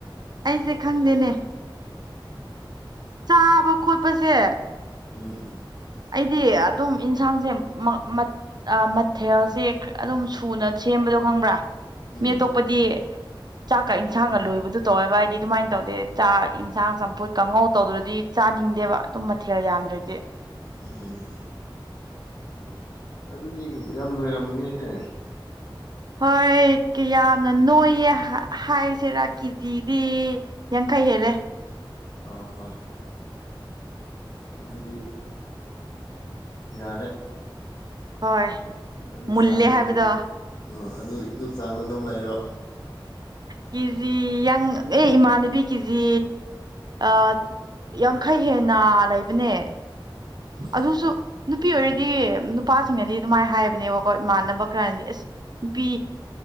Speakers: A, on the right (about 50°); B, on the left (about 50°).
A: ꯑꯩꯁꯦ ꯈꯪꯗꯦꯅꯦ ꯆꯥꯕ ꯈꯣꯠꯄꯁꯦ
B: ꯎꯝ
A: ꯑꯩꯗꯤ ꯑꯗꯨꯝ ꯏꯟꯁꯥꯡꯁꯦ ꯃꯥ ꯃꯥ ꯑꯥ ꯃꯊꯦꯜꯁꯦ ꯀꯔ ꯑꯗꯨꯝ ꯁꯨꯅ ꯁꯦꯝꯕ ꯗ ꯈꯪꯕ꯭ꯔꯥ
B: ꯎꯝ
A: ꯃꯤ ꯑꯇꯣꯞꯄꯗꯤ ꯆꯥꯛꯀ ꯏꯟꯁꯥꯡꯒ ꯂꯣꯏꯕꯗꯨ ꯇꯧꯋꯦꯕ ꯑꯩꯗꯤ ꯑꯗꯨꯃꯥꯏꯟ ꯇꯧꯗꯦ ꯆꯥꯛ ꯏꯟꯁꯥꯡ ꯆꯝꯐꯨꯠ ꯀꯥꯡꯉꯧ ꯇꯧꯗ꯭ꯔꯗꯤ ꯆꯥꯅꯤꯡꯗꯦꯕ ꯑꯗꯨꯝ ꯃꯊꯦꯜ ꯌꯥꯝꯗ꯭ꯔꯗꯤ
B: ꯎꯝ ꯑꯗꯨꯗꯤ ꯌꯥꯝ ꯅꯣꯏꯔꯝꯅꯤꯍꯦ
A: ꯍꯣꯏ ꯀꯤꯌꯥꯝꯅ ꯅꯣꯏꯌꯦ ꯍꯥ ꯍꯥꯏꯁꯦꯔꯥ ꯀꯦꯖꯤꯗꯤ ꯌꯥꯡ ꯀꯩꯍꯦꯂꯦ
B: ꯑꯣ ꯑꯗꯨꯗꯤ ꯌꯥꯔꯦ
A: ꯍꯣꯏ
B: ꯑꯗꯨ
A: ꯃꯨꯜꯂꯦ
B: ꯆꯥꯡꯅ
A: ꯍꯥꯏꯕꯗꯣ
B: ꯑꯗꯨꯝ ꯑꯣ ꯑꯗꯨ ꯑꯗꯨ ꯆꯥꯡꯗ ꯑꯗꯨꯝ ꯂꯩꯔꯣ
A: ꯀꯤꯖꯤ ꯌꯥꯡ ꯑꯦ ꯏꯃꯥꯟꯅꯕꯤ ꯀꯤꯖꯤ ꯑ ꯌꯥꯡꯈꯩ ꯍꯦꯟꯅ ꯂꯩꯕꯅꯦ
B: ꯎꯝ
A: ꯑꯗꯨꯁꯨ ꯅꯨꯄꯤ ꯑꯣꯏꯔꯗꯤ ꯅꯨꯄꯥꯁꯤꯡꯅꯗꯤ ꯑꯗꯨꯃꯥꯏ ꯍꯥꯏꯕꯅꯦꯕꯀꯣ ꯃꯥꯟꯅꯕ ꯈ꯭ꯔꯅꯗꯤ ꯑꯁ ꯅꯨꯄꯤ